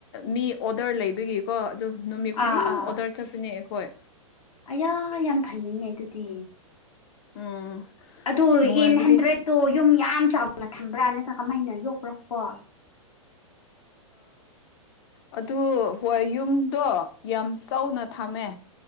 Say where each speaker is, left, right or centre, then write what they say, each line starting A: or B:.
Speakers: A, on the left; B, on the left.
A: ꯃꯤ ꯑꯣꯗꯔ ꯂꯩꯕꯒꯤꯀꯣ ꯑꯗꯨ ꯅꯨꯃꯤꯠ ꯈꯨꯗꯤꯡ
B: ꯑꯥ ꯑꯥ
A: ꯑꯣꯗꯔ ꯆꯠꯄꯅꯦ ꯑꯩꯈꯣꯏ
B: ꯑꯌꯥ ꯌꯥꯝ ꯐꯩꯌꯦꯅꯦ ꯑꯗꯨꯗꯤ
A: ꯎꯝ
B: ꯑꯗꯨ
A: ꯅꯨꯡꯉꯥꯏꯕꯗꯤ
B: ꯌꯦꯟ ꯍꯟꯗ꯭ꯔꯦꯗꯠꯇꯣ ꯌꯨꯝ ꯌꯥꯝ ꯆꯥꯎꯅ ꯊꯝꯕ꯭ꯔꯥ ꯅꯠꯇ꯭ꯔꯒ ꯀꯃꯥꯏꯅ ꯌꯣꯛꯄ꯭ꯔꯣ ꯀꯣ
A: ꯑꯗꯨ ꯍꯣꯏ ꯌꯨꯝꯗꯣ ꯌꯥꯝ ꯆꯥꯎꯅ ꯊꯝꯃꯦ